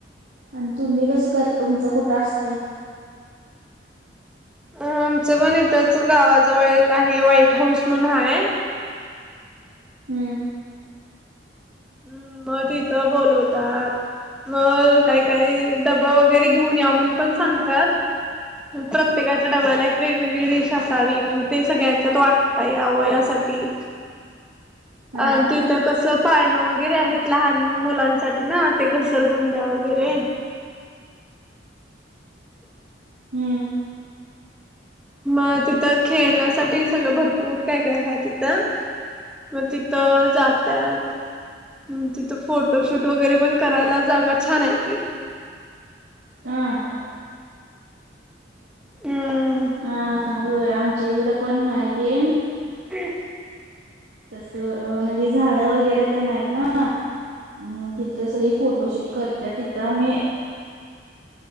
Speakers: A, on the right; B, in the centre.
A: आणि तुम्ही कसं कर तुमचं कुठं असते?
B: अ आमचं पण इथंच गावाजवळ एक आहे व्हाईट हाऊस म्हणून हाय.
A: हम्म
B: हम्म मग तिथं बोलवतात. मग काही काही डबा वगैरे घेऊन या म्हणून पण सांगतात. प्रत्येकाच्या डब्याला एक वेगवेगळी डिश असावी म्हणजे ते सगळ्यांच्या तो वाट या व यासाठी
A: हा
B: अ ते तर कसं पाळणं वगैरे आहेत लहान मुलांसाठी ना ते घसरगुंड्या वगैरे
A: हम्म
B: मग तिथं खेळण्यासाठी सगळं भरपूर काय काय आहे तिथं मग तिथं जातात तिथं फोटोशूट वगैरे पण करायला जागा छान आहे ती
A: हा
B: ह
A: अ हो आमच्या इकड पण ह ते
B: हम्
A: तसं म्हणजे झाडं वगैरे तेन आहेत ना अ जिथं सगळी फोटोशूट करतात तिथं आम्ही